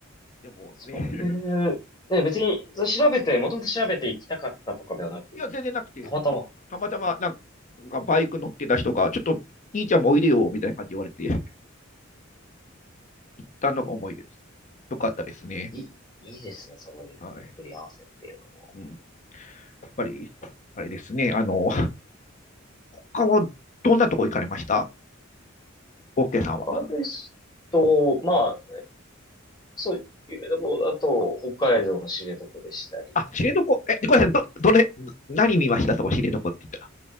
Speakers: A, on the left; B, on the left.
A: でもね、
B: そういう、
A: <laughs>
B: ね、別に、それ調べて、もともと調べていきたかったとかではなく、
A: いや、全然なくて、
B: たまたま、
A: たたまたまなんかバイク乗ってた人が、ちょっと兄ちゃんもおいでよみたいな感じで言われて、行ったのが思い出です。よかったですね。
B: いい、いいですね、そういう巡り合わせっていうの。
A: はい。うん、やっぱり、あれですね、あの、他はどんなとこ行かれましたオッケーさんは。
B: 他ですと、まあ、そう、有名なものだと、北海道の知床でしたり、
A: あ、知床、え、ごめんなさい、ど、どれ、何見ましたそこ、知床って言ったら。